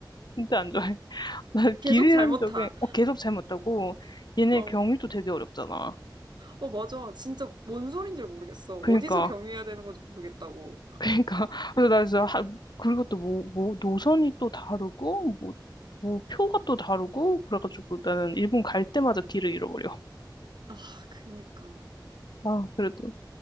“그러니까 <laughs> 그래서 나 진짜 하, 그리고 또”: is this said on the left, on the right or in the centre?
Left